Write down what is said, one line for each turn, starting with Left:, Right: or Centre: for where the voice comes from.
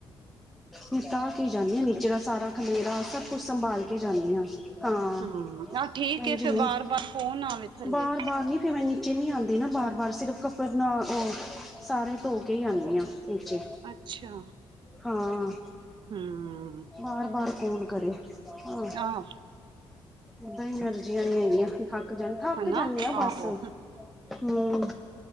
Centre: ਨਿਪਟਾ ਕੇ ਈ ਜਾਣੀ ਆ ਨੀਚੇ ਦਾ ਸਾਰਾ। ਖਲੇਰਾਂ ਸਭ ਕੁ ਸੰਭਾਲ ਕੇ ਜਾਣੀ ਆ, ਹਾਂ,
Right: ਹੂੰ ਆ ਠੀਕ ਏ
Centre: ਇਝ
Right: ਫਿਰ
Centre: ਨਈ,
Right: ਬਾਰ-ਬਾਰ ਫੋਨ ਆਵੇ ਥੱਲੇ
Centre: ਬਾਰ-ਬਾਰ ਨੀ ਮੈਂ ਨੀਚੇ ਨੀ ਆਉਂਦੀ ਨਾ ਬਾਰ- ਬਾਰ। ਸਿਰਫ ਕੱਪੜ ਨਾਲੇ ਉਹ ਸਾਰੇ ਧੋ ਕੇ ਹੀ ਆਉਂਦੀ ਹਾ। ਈਚੇ,
Right: ਅੱਛਾ
Centre: ਹਾਂ।
Right: ਹੂੰ
Centre: ਬਾਰ-ਬਾਰ ਕੋਨ ਕਰੇ? ਆਂ।
Right: ਆਹ
Centre: ਓਦਾਂ ਈ ਐਨਰਜੀਆਂ ਨਈ ਹੈਗੀਆਂ, ਥੱਕ ਜਨ, ਥਾਕ
Right: ਹਨਾ
Centre: ਜਾਨੇ ਆ
Right: ਆਹੋ
Centre: ਬਸ, ਹੂੰ।